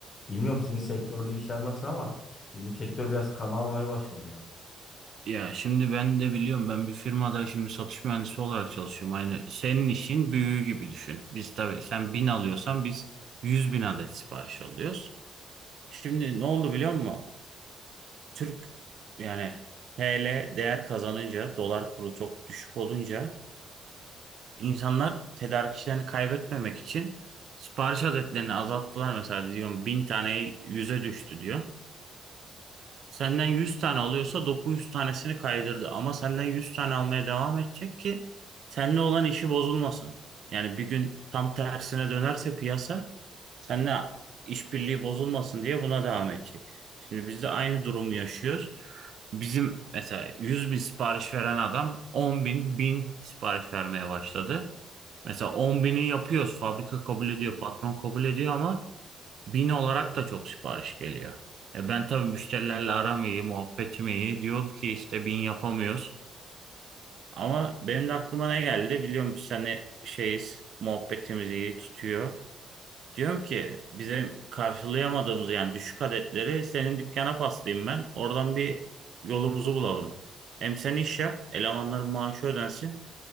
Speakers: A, on the left; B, on the right.
A: Bilmiyorum sizin sektörde işler nasıl ama bizim sektör biraz kana almaya başladı ya.
B: Ya şimdi ben de biliyorum ben bir firmada şimdi satış mühendisi olarak çalışıyorum. Aynı senin işin büyüğü gibi düşün. Biz tabii sen bin alıyorsan biz yüz bin adet sipariş alıyoruz. Şimdi ne oldu biliyor musun? Türk yani TL değer kazanınca dolar kuru çok düşük olunca insanlar tedarikçilerini kaybetmemek için sipariş adetlerini azalttılar. Mesela diyorum bin tane yüze düştü diyor. Senden 100 tane alıyorsa 900 tanesini kaydırdı. Ama senden 100 tane almaya devam edecek ki seninle olan işi bozulmasın. Yani bir gün tam tersine dönerse piyasa seninle işbirliği bozulmasın diye buna devam edecek. Şimdi biz de aynı durumu yaşıyoruz. Bizim mesela yüz bin sipariş veren adam on bin, 1000 sipariş vermeye başladı. Mesela on bini yapıyoruz. Fabrika kabul ediyor, patron kabul ediyor ama Bin olarak da çok sipariş geliyor. E ben tabii müşterilerle aram iyi, muhabbetim iyi. Diyorum ki işte bin yapamıyoruz. Ama benim de aklıma ne geldi? Biliyorum biz hani şeyiz, muhabbetimiz iyi tutuyor. Diyorum ki bize karşılayamadığımız yani düşük adetleri senin dükkana paslayayım ben. Oradan bir yolumuzu bulalım. Hem sen iş yap, elemanların maaşı ödensin.